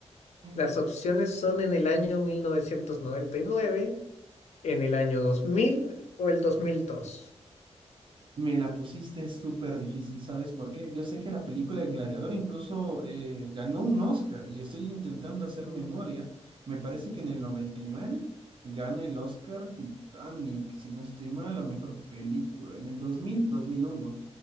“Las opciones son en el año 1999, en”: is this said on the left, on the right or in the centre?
Left